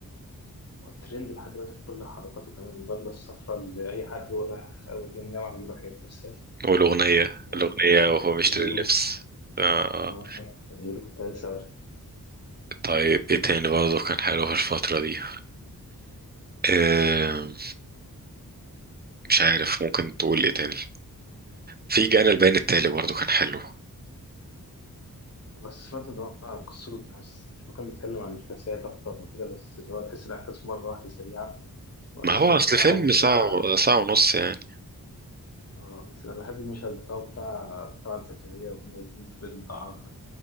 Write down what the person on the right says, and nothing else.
والأغنية
الأغنية وهو
بيشتري اللبس آه آه.
طيب ايه تاني برضه كان حلو في الفترة دي آه مش عارف ممكن تقول ايه تاني في جانا البيان التالي برضه كان حلو
ما هو أصل
فيلم ساعة
ساعة ونص يعني